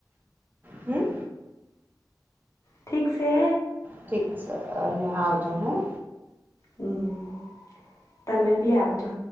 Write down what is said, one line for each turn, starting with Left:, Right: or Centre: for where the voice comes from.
Right: હમ્મ.
Left: ઠીક છે.
Right: ઠીક છે અને આવજો હા.
Left: હમ્મ તમે ભી આવજો.